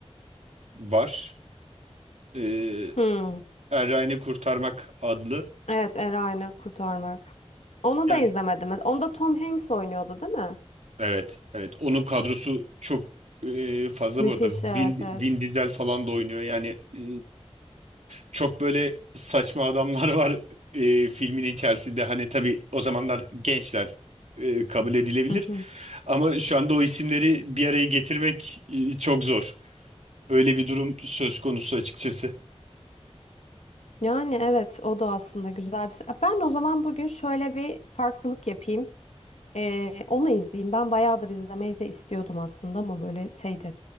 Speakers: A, on the right (about 85°); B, on the left (about 80°).
A: var. Ee,
B: Hı.
A: Errani Kurtarmak adlı.
B: Evet, Erayn'ı kurtarmak. Onu
A: Yani
B: da izlemedim. Onda Tom Hanks oynuyordu, değil mi?
A: evet, evet. Onun kadrosu çok e, fazla
B: Müthiş,
A: bu arada.
B: evet,
A: Vin,
B: evet.
A: Vin Diesel falan da oynuyor. Yani e, çok böyle saçma adamlar <laughs> var e, filmin içerisinde. Hani tabii o zamanlar gençler e, kabul edilebilir.
B: Hı hı.
A: Ama şu anda o isimleri bir araya getirmek e, çok zor. Öyle bir durum söz konusu açıkçası.
B: Yani evet, o da aslında güzel bir... se- Ben o zaman bugün şöyle bir farklılık yapayım. Ee, onu izleyeyim. Ben bayağıdır izlemeyi de istiyordum aslında ama böyle şeydi,